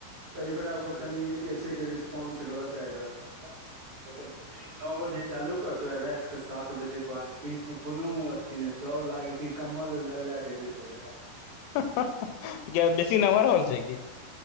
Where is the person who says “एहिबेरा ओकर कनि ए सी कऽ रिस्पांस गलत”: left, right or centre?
Right